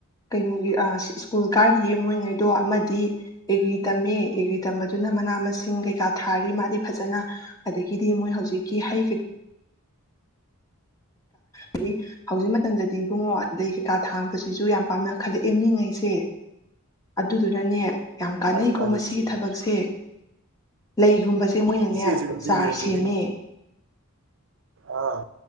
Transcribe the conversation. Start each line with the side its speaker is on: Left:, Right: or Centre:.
Left: ꯀꯩꯅꯣꯒꯤ ꯑ ꯁ꯭ꯀꯨꯜ ꯀꯥꯔꯤꯌꯦ ꯃꯣꯏꯉꯩꯗꯣ ꯑꯃꯗꯤ ꯑꯦꯒ꯭ꯔꯤ ꯇꯝꯃꯦ ꯑꯦꯒ꯭ꯔꯤ ꯇꯝꯕꯗꯨꯅ ꯃꯅꯥ ꯃꯁꯤꯡ ꯀꯩꯀꯥ ꯊꯥꯔꯤ ꯃꯥꯗꯤ ꯐꯖꯅ ꯑꯗꯒꯤꯗꯤ ꯃꯣꯏ ꯍꯧꯖꯤꯛꯀꯤ ꯍꯩ ꯀꯩ ꯍꯥꯏꯗꯤ ꯍꯧꯖꯤꯛ ꯃꯇꯝꯗꯗꯤ ꯏꯕꯨꯡꯉꯣ ꯂꯩ ꯀꯩꯀꯥ ꯊꯥꯕꯁꯤꯁꯨ ꯌꯥꯝ ꯄꯥꯝꯅ ꯈꯜꯂꯛꯑꯦ ꯃꯤꯉꯩꯁꯦ ꯑꯗꯨꯗꯨꯅꯅꯦ ꯌꯥꯝ ꯀꯥꯟꯅꯩꯀꯣ
Right: ꯃꯥꯅꯤ ꯃꯥꯅꯤ
Left: ꯃꯁꯤꯒꯤ
Right: ꯏꯆꯦ
Left: ꯊꯕꯛꯁꯦ ꯂꯩꯒꯨꯝꯕꯁ ꯁꯦ ꯃꯣꯏꯅꯅꯦ
Right: ꯏꯆꯦꯁꯨ ꯑꯝꯇ
Left: ꯆꯥꯔ
Right: ꯌꯦꯡꯉꯨꯅꯦ
Left: ꯁꯦꯝꯃꯦ
Right: ꯑꯥ